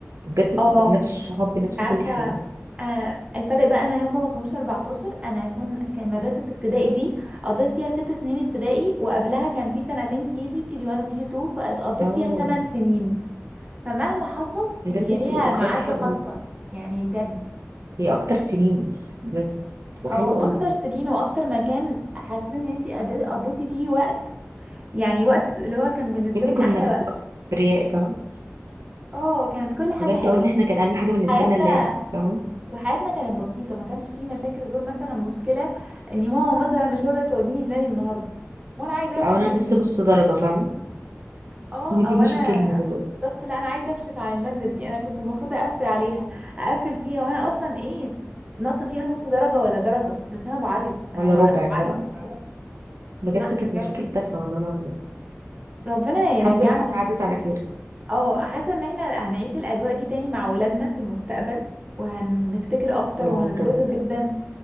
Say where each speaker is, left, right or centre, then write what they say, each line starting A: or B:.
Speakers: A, on the right; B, on the right.
A: بجد بتبقى
B: اه
A: بنفس الصحاب بنفس
B: عارفة
A: كل حاجة
B: انا الفرق بقى انا هما ما كانوش 14 انا كن كان مدرسة ابتدائي دي قضيت فيها ست سنين ابتدائي وقبلها كان في سنتين كيجي كيجي 1 وكيجي 2 فقضيت
A: اه
B: فيها 8 سنين فمهما حصل
A: بجد
B: هي
A: بتبقى
B: ليها
A: ذكريات
B: معزة
A: حلوة
B: خاصة
A: قوي
B: يعني بجد
A: هي اكتر سنين بجد بتبقى
B: او
A: حلوة
B: اكتر
A: قوي
B: سنين واكتر مكان حاسين ان انتي قضيتي قضيتي فيه وقت يعني وقت اللي هو كان بالنسبة
A: بجد
B: لك
A: كنا
B: احلى
A: بنبقى
B: وقت
A: برياء فاهم
B: اه كانت كل حاجة
A: بجد
B: حلوة
A: اقول ان احنا كان اهم حاجة بالنسبة
B: حياتنا
A: لنا اللعب فاهم
B: وحياتنا كانت بسيطة ما كانش فيه مشاكل غير مثلا مشكلة ان ماما مثلا مش راضية توديني النادي النهاردة وانا عايزة اروح
A: او انا لسه نص درجة فاهمة
B: اه
A: هي دي
B: او انا
A: مشاكلنا دلوقتي
B: بالظبط لا انا عايزه اكشف عن الماده دي انا كنت المفروض اقفل عليها اقفل فيها وانا اصلا ايه ناقصه فيها نص درجه ولا درجه بس انا بعيط
A: ولا
B: انا
A: ربع
B: أنا
A: فاهم
B: بعيط
A: بجد
B: لا
A: كانت
B: بجد
A: مشاكل تافهة والله العظيم
B: ربنا يرجعنا
A: الحمد لله عدت على خير
B: اه حاسه ان احنا هنعيش الاجواء دي تاني مع ولادنا في المستقبل وهنفتكر اكتر
A: اه
B: وهنتبسط
A: بجد
B: جدا